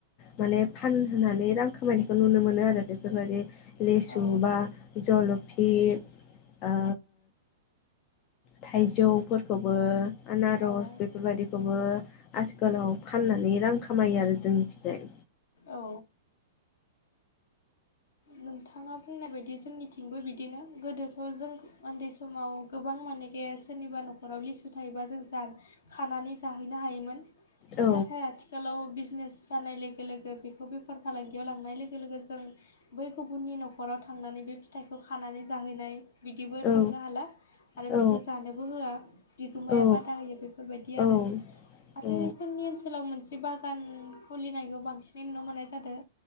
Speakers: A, on the left; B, on the left.
A: माने फान होनानै रां खामायनायखौ नुनो मोनो आरो बेफोरबायदि लेसु
B: औ
A: बा जलफि ओ थाइजौफोरखौबो आनारस
B: औ
A: बेफोरबायदिखौ बो आथिखालाव फाननानै रां खामायो आरो जोंनि खिजाय।
B: औ। नोंथाङा बुंनाय बायदि जोंनिथिंबो बिदिनो गोदोथ' जों उन्दै समाव गोबां मानेखे सोरनिबा न'खराव लिसु थायोबा जों जा खानानै जाहैनो हायोमोन।
A: औ
B: नाथाय आथि आथिखालाव बिजनेस जानाय लोगो लोगो बेखौ बेफार फालांगियाव लांनाय लोगो लोगो जों बै गुबुननि न'खराव थांनानै बे फिथाइखौ खानानै जाहैनाय बिदिबो
A: औ
B: थांनो हाला आरो
A: औ
B: बेखौ जानो बो होआ बिगोमाया
A: औ
B: बादा होयो बेफोरबायदि
A: औ
B: आरो। आरो
A: औ
B: जोंनि ओनसोलाव मोनसे बागान खुलिनायखौ बांसिनै नुनो मोननाय जादों।